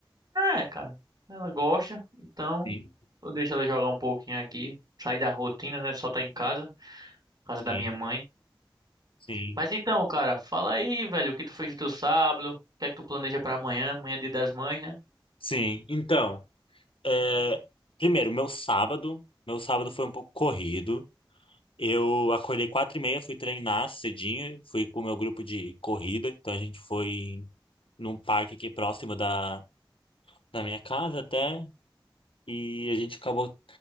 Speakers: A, on the right; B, on the left.
A: É, cara. Ela gosta, então
B: Sim,
A: eu deixo ela jogar um pouquinho aqui. Sair da rotina, né? Só tá em casa, casa
B: sim,
A: da minha mãe.
B: sim.
A: Mas então, cara, fala aí, velho, o que tu fez no teu sábado? O que é que tu planeja pra amanhã? Amanhã é dia das mães, né?
B: Sim. Então, é, primeiro, meu sábado. Meu sábado foi um pouco corrido. Eu acordei quatro e meia, fui treinar cedinho, fui com o meu grupo de corrida. Então a gente foi num parque aqui próximo da, da minha casa até. e a gente acabou